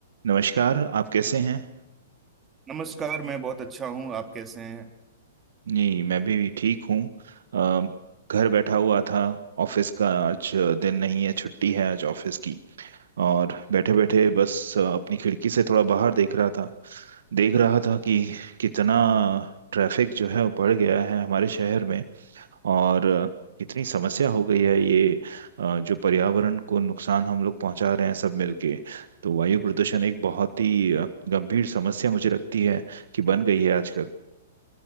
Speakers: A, on the right; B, on the right.
A: नमस्कार आप कैसे हैं
B: नमस्कार मैं बहुत अच्छा हूँ आप कैसे हैं
A: जी मैं भी ठीक हूँ अ, घर बैठा हुआ था ऑफिस का आज दिन नहीं है छुट्टी है आज ऑफिस की और बैठे बैठे बस अ, अपनी खिड़की से थोड़ा बाहर देख रहा था देख रहा था कि कितना ट्रैफिक जो है वो बढ़ गया है हमारे शहर में और अ, कितनी समस्या हो गई है ये अ, जो पर्यावरण को नुकसान हम लोग पहुंचा रहे हैं सब मिलके तो वायु प्रदूषण एक बहुत ही अ, गंभीर समस्या मुझे लगती है कि बन गई है आजकल